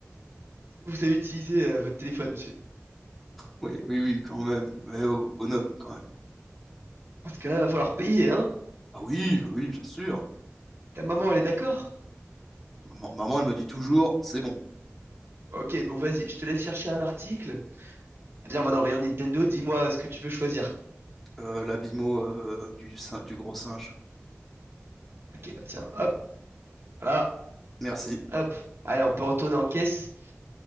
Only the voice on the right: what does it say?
Est-ce que vous savez utiliser euh, votre téléphone, monsieur?
Parce que là, il va falloir payer, hein?
Ta maman, elle est d'accord?
Ok, donc vas-y, je te laisse chercher un article. Viens, on va dans le rayon Nintendo, dis-moi ce que tu veux choisir.
Ok, bah tiens, hop, voilà,
hop. Allez, on peut retourner en caisse.